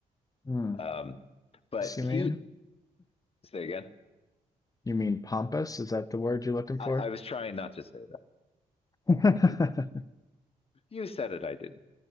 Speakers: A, on the left; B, on the left.
A: Hmm.
B: Um, but
A: What's you
B: he
A: mean?
B: say again.
A: You mean pompous? Is that the word you're looking
B: I,
A: for?
B: I was trying not to say that.
A: <laughs>
B: You you said it. I didn't.